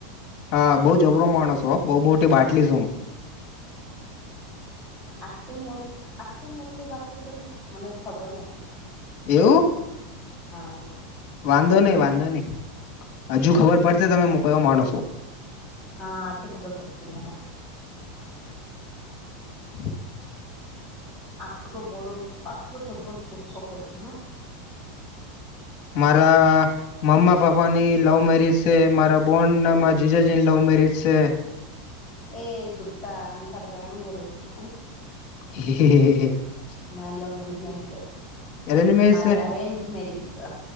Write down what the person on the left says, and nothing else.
હા બહ જબરો માણસો બહુ મોટી બાટલી છું.
એવું
વાંધો નઈ વાંધો ની હજુ ખબર પડશે તમે મો કયો માણસ છું
<unintelligible>
મારા મમ્મા પાપ્પાની લવ મેરીજ છે મારા બોન્ડ નામાં જીજાજીની લવ મેરીજ છે.
<unintelligible>
અરેન્જ મેરેજ
છે